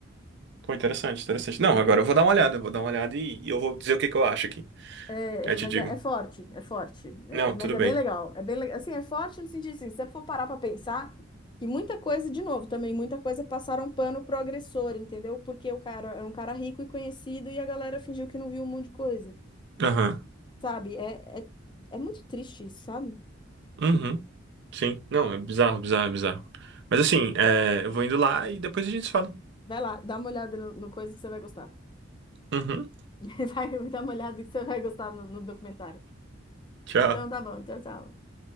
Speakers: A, on the right; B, on the left.
A: Pô, interessante, interessante. Não, agora eu vou dar uma olhada, eu vou dar uma olhada e, e eu vou dizer o que que eu acho aqui.
B: É,
A: Aí
B: é, mas
A: te digo.
B: é, é forte, é forte. É,
A: Não,
B: mas
A: tudo
B: é
A: bem.
B: bem legal. É bem, le- assim, é forte no sentido assim, se você for parar para pensar, que muita coisa, de novo, também muita coisa passaram pano pro agressor, entendeu? Porque o cara era um cara rico e conhecido e a galera fingiu que não viu um monte de coisa,
A: Aham.
B: sabe? É, é, é muito triste isso, sabe?
A: Uhum. Sim. Não, é bizarro, bizarro, bizarro. Mas assim, é, eu vou indo lá e depois a gente se fala.
B: Vai lá, dá uma olhada no, no coisa que você vai gostar.
A: Uhum.
B: <laughs> Vai, dá uma olhada que você vai gostar no, no documentário.
A: Tchau.
B: Então tá bom, tchau, tchau.